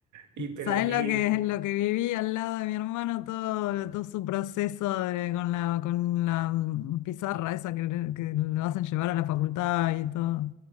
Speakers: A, on the right; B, on the left.
A: Y, pero,
B: Sabes
A: y
B: lo que, lo que viví al lado de mi hermano? Todo, todo su proceso de- con la, con la mm, pizarra esa que, le- que lo hacen llevar a la facultad y todo.